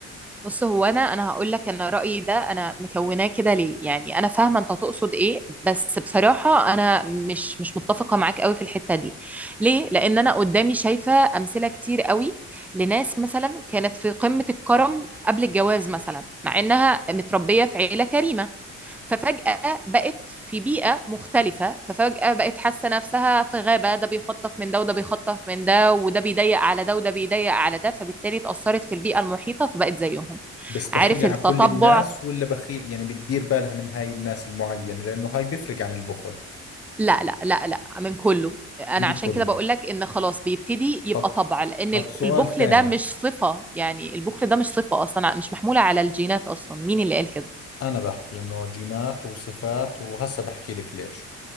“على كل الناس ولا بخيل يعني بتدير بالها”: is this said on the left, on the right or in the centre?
Left